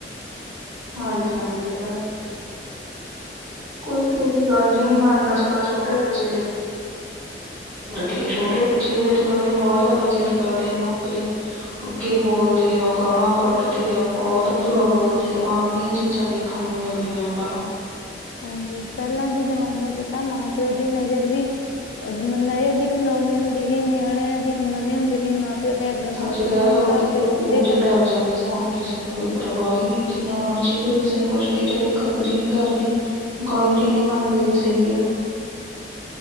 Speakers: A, on the right; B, on the left.
A: ਹਾਂਜੀ-ਹਾਂਜੀ ਇਹਦਾ ਕੋਈ ਕਿਹੇ ਦੀ ਗੱਲ ਹੀ ਨਹੀਂ
B: ਹਾਂਜੀ
A: ਮੰਨਦਾ ਅੱਜ ਕੱਲ੍ਹ ਛੋਟੇ ਬੱਚੇ ਦੇ ਤੇ ਛੋਟੇ ਬੱਚੇ ਵੀ ਅੱਜ ਕੱਲ੍ਹ ਦੇ ਬਹੁਤ ਜ਼ਿਆਦਾ ਜਿੱਦ ਕਰਦੇ ਆ ਮਾਪੇ ਦੇ। ਅੱਗੇ ਬੋਲਦੇ ਆ, ਗਾਲਾਂ ਕੱਢਦੇ ਆ, ਬਹੁਤ ਬੁਰਾ ਬੋਲਦੇ ਆਮ ਹੀ ਇਹ ਚੀਜ਼ਾਂ ਦੇਖ ਦੇਖਣ ਨੂੰ ਮਿਲਦੀਆਂ ਆਪਾਂ ਨੂੰ
B: ਹਾਂਜੀ। ਪਹਿਲਾਂ ਦੇ ਜ਼ਮਾਨੇ ਚ ਤਾਂ ਮਾਂ ਪਿਓ ਦੀ ਨਜ਼ਰ ਵੀ ਨ ਦੀ ਵੀ ਲੋੜਨੀ ਹੁੰਦੀ ਸੀ। ਨਿਆਣਿਆਂ ਦੀ ਹਿਮਤ ਨਹੀ ਹੁੰਦੇ ਹੀ, ਮਾਂ ਪ ਉਹਦੇ ਅੱਗੇ
A: ਹਾਂਜੀ
B: ਬੋਲਦੇ
A: ਕਹਿ
B: ਹੁਣ
A: ਸਕਦੇ
B: ਤਾਂ ਅੱਗੇ
A: ਹਾਂ ਕਿ
B: ਤਾਂ
A: ਘੂਰ
B: ਅੱਗੇ ਜਾਂਦੇ।
A: ਤੋਂ ਹੀ ਡਰ ਜਾਂਦੇ ਸੀ। ਹੁਣ ਕਿਸੇ ਨੂੰ ਕੋਈ ਪਰਵਾਹ ਹੀ ਨਹੀਂ ਜਿੰਨਾ ਮਰਜ਼ੀ ਕੋਈ ਕਿਸੇ ਨੂੰ ਕੁਛ ਕਹੀ ਜਾਵੇ ਖਤ ਹੀ ਨਹੀਂ ਕਰਦੇ ਗੱਲ ਹੀ ਨਹੀਂ ਮੰਨਦੇ ਕਿਸੇ ਦੀ ਉਹ।